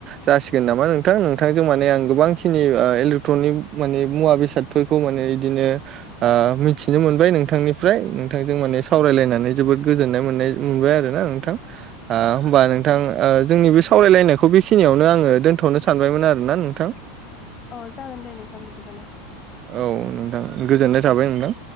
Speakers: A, on the right; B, on the left.
A: जासिगोन नामा नोंथां नोंथांजों माने आं गोबांखिनि इलेक्ट्रनिक माने मुवा बेसाद फोरखौ मोनो बिदिनो मिथिनो मोनबाय नोंथांनिफ्राय नोंथांजों माने सावरायलायनानै जोबोद गोजोननाय मोननाय मोनबाय आरोना नोंथां। आ होमबा नोंथां जोंनि बे सावरायलायनायखौ बेखिनियावनो आङो दोनथ'नो सानबायमोन आरो ना नोंथां।
B: अ जागोन दे नोंथां बिदिबालाय।
A: औ नोंथां गोजोननाय थाबाय नोंथां।